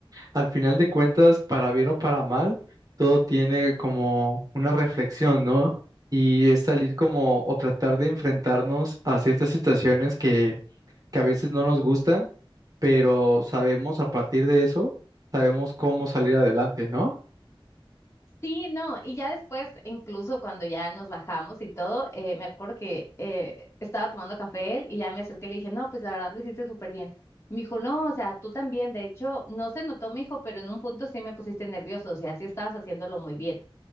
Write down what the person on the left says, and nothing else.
Sí, no, y ya después, incluso cuando ya nos bajamos y todo, eh, me acuerdo que eh, estaba tomando café él y ya me acerqué y le dije, no, pues la verdad lo hiciste súper bien. Me dijo, no, o sea, tú también, de hecho, no se notó, me dijo, pero en un punto sí me pusiste nervioso, o sea, sí estabas haciéndolo muy bien.